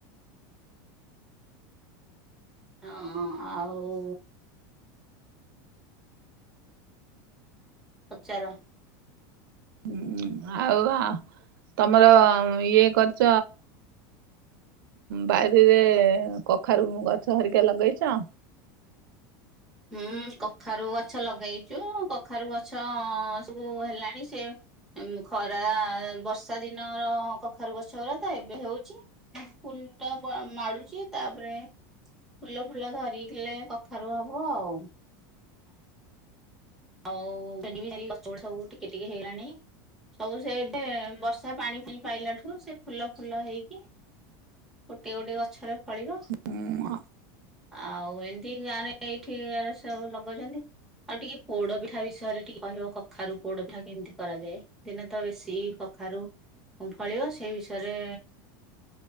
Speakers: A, in the centre; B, on the right.
A: ହଁ ଆଉ। ପଚାର।
B: ଉଁ ଆଉ ତମର ଇଏ କରୁଛ। ବାରିରେ କଖାରୁ ଗଛ ହେରିକା ଲଗେଇଛ।
A: ହୁଁ କଖାରୁ ଗଛ ଲଗେଇଛୁ କଖାରୁ ଗଛ ସବୁ ହେଲାଣି ସେ ଉଁ ଖରା ବର୍ଷା ଦିନର କଖାରୁ ଗଛ ଗଲା ତ ଏବେ ହଉଛି। <unintelligible> ମାଡୁଛି ତାପରେ ଫୁଲ ଫୁଲ ଧରିଲେ କଖାରୁ ହବ। ହ ଆଉ ହଉ <unintelligible> ସବୁ ଟିକେ ଟିକେ ହେଇଗଲାଣି ସବୁ ସେ ବର୍ଷା ପାଣି ପି ପାଇଲା ଠୁ ସେ ଫୁଲ ଫୁଲ ହେଇକି ଗୋଟେ ଗୋଟେ ଗଛରେ ଫଳିବ।
B: ଉଁ
A: ଆଉ ଏମିତି ଗାଁ ରେ ଏଇଠି ସବୁ ଲଗାଉଛନ୍ତି ଆଉ ଟିକେ। ପୋଡ ପିଠା ବିଷୟରେ ଟିକେ କହିବ, କଖାରୁ ପୋଡ ପିଠା କେମିତି କରାଯାଏ। ଦିନେ ତ ବେଶୀ କଖାରୁ କ ଫଳିବ ସେଇ ବିଷୟରେ